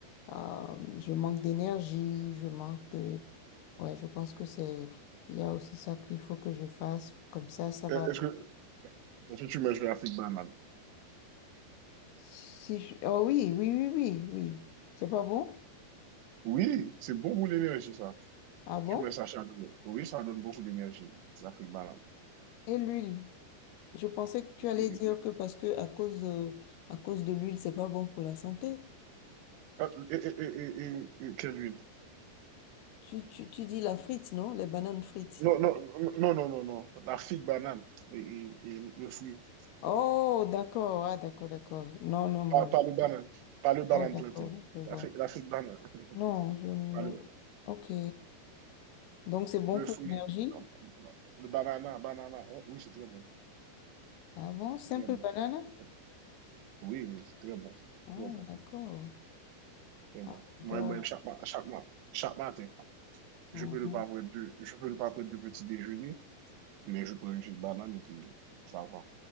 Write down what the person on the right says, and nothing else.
Euh, Est-ce que, est-ce que tu manges de la fric banane?
Oui, c'est bon pour l'énergie, ça.
Tu mets ça chaque jour. Oui, ça donne beaucoup d'énergie, la fric banane.
Et,
et-
et- et- et- et- et- quelle huile?
Non, non, non, non, non, non. La figue banane et, et- et le fruit.
Pas, pas le banane, pas le banane
planté.
L'Afrique, l'Afrique banane. <laughs>
Pas le,
le
fruit,
non, non. le banana, banana. hein, Oui, c'est très bon.
C'est très bon.
C'est très- Oui, oui, c'est très bon.
Très bon.
Très
bon.
Moi,
moi, chaque, ma- chaque, ma- chaque matin,
je peux ne pas prendre de, je peux ne pas prendre de petit déjeuner, mais je prends une petite banane et puis ça va.